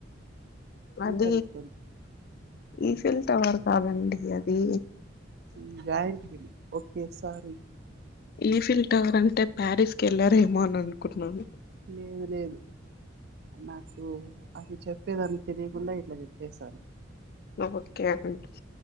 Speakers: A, on the left (about 50°); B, on the right (about 55°).
A: అది
B: కనుక్కోండి
A: ఈఫిల్ టవర్ కాదండి అది
B: ఉ giant wheel okay sorry
A: Eiffel tower అంటే ప్యారిస్ కి వెళ్ళారేమో అని అనుకుంటున్నాను
B: లేదు లేదు నాకు అది చెప్పేదాని తెలియకుండా ఇట్లా చెప్పేశాను
A: ఒకే అండి